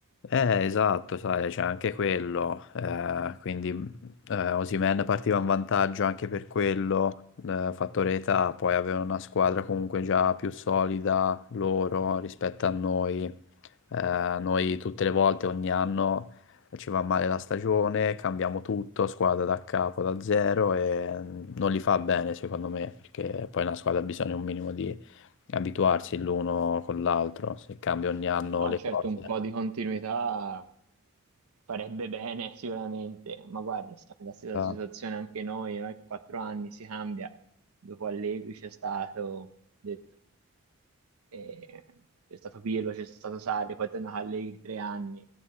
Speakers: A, on the left; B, on the right.
A: Eh, esatto, sai, c'è anche quello, eh, quindi eh, Osimhen partiva in vantaggio anche per quello, eh, fattore età, poi aveva una squadra comunque già più solida loro rispetto a noi, Eh, noi tutte le volte, ogni anno ci va male la stagione, cambiamo tutto, squadra da capo, da zero e non li fa bene secondo me, perché poi una squadra ha bisogno un minimo di abituarsi l'uno con l'altro, se cambia ogni anno
B: No,
A: le
B: certo,
A: cose.
B: un po' di continuità farebbe bene <laughs> sicuramente, ma guarda, siamo nella stessa
A: Ah.
B: situazione anche noi, noi quattro anni si cambia, dopo Allegri c'è stato, detto, E c'è stato Pirlo, c'è stato Sarri, poi è tornato Allegri tre anni,